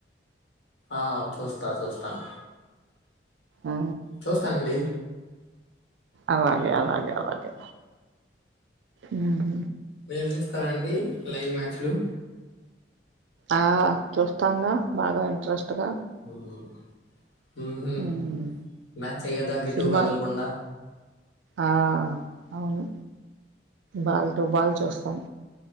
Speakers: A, on the left; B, on the right.
A: ఆ చూస్తా చూస్తాను
B: ఆ
A: చూస్తానండి
B: అలాగే అలాగే అలాగే ఉహు
A: మీరు చూస్తారా అండి లైవ్ మ్యాచ్లు
B: ఆ చూస్తాంగా బాగా ఇంట్రెస్ట్ గా
A: ఆ ఉహు
B: ఉమ్
A: మ్యాచ్ అయ్యే దాక ఎటు
B: సినిమాలు
A: కదలకుండా
B: ఆ అవును బాల్ తో బాల్ చూస్తాం